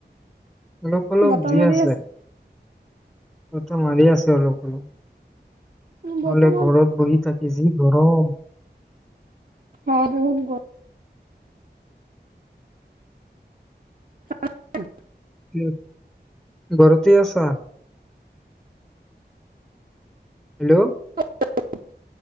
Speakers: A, in the centre; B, on the right.
A: অলপ অলপ
B: বতাহ
A: দি
B: মাৰি
A: আছে। বতাহ মাৰি আছে। চলোঁ অলপ নহ'লে
B: বতাহ মাৰি
A: ঘৰত বহি থাকি যি গৰম।
B: অহ' বহুত গৰম <unintelligible>
A: কিয় ঘৰতে আছা? হেল্ল'
B: <unintelligible>